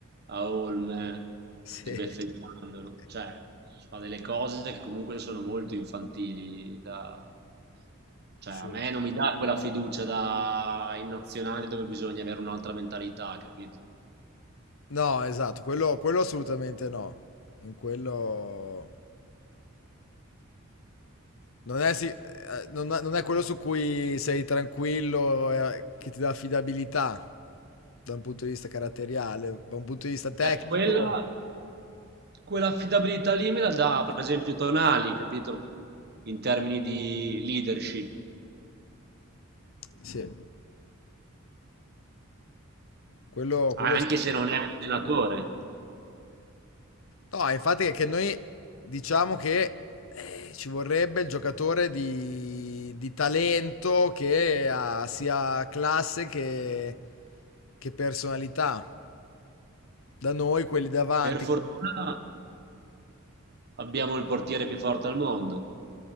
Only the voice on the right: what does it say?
a Olme,
sbeffeggiandolo,
cioè fa delle cose che comunque sono molto infantili da... Cioè,
a me non mi dà quella fiducia da... in nazionale dove bisogna avere un'altra mentalità, capito?
Cioè, quella, quell'affidabilità lì me la dà, per esempio, Tonali, capito? In termini di leadership,
anche
se non è un senatore.
Per fortuna
abbiamo il portiere più forte al mondo.